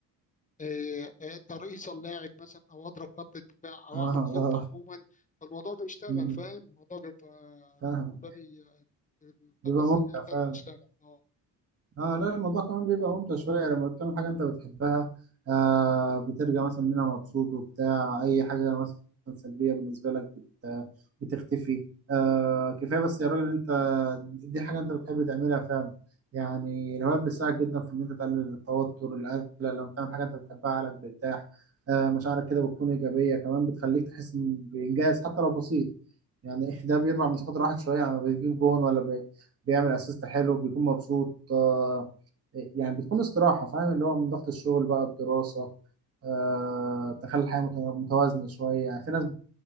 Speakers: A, on the left (about 20°); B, on the right (about 40°).
A: آه، آه، ترقيصة اللاعب مثلا أو أضرب خط الدفاع أو
B: اه
A: أعمل خطة
B: اه
A: عموما فالموضوع بيشتغل
B: مم.
A: فاهم الموضوع بيبقى
B: فاهم
A: بالنسبة لي آه، الطاقة
B: بيبقى
A: الذهنية
B: ممتع فعلا
A: بتاعتي بتشتغل أه
B: اه لا الموضوع كمان بيبقى ممتع شوية يعني لما بتعمل حاجة انت بتحبها آه بترجع مثلا منها مبسوط وبتاع اي حاجة مثلا سلبية بالنسبة لك بت بتختفي آه كفاية بس يا راجل ان انت دي حاجة انت بتحب تعملها فعلا يعني الهوايات بتساعدك جدا في ان انت تقلل التوتر القلق لما بتعمل حاجة انت بتحبها عقلك بيرتاح آه مشاعرك كده بتكون ايجابية كمان بتخليك تحس إن- بانجاز حتى لو بسيط يعني <laughs> ده بيرفع من ثقة الواحد شوية يعني لما بيجيب جون ولا بيعمل اسيست حلو بيكون مبسوط آه، يعني بتكون استراحة فاهم اللي هو من ضغط الشغل بقى الدراسة آه، تخلي الحياة مت- متوازنة شوية يعني في ناس